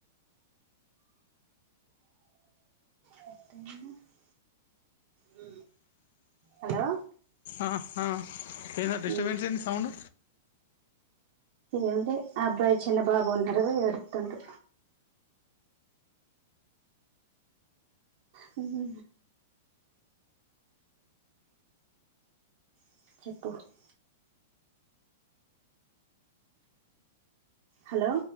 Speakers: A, on the right; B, on the left.
A: <unintelligible> ఉ హలో
B: ఆ ఆ ఏంది ఆ డిస్టర్బెన్స్
A: ఉమ్
B: ఏంది సౌండ్
A: ఏంది ఆ అబ్బాయి చిన్నబాబు ఉన్నాడు ఎడుస్తుండు హు హు <unintelligible> హలో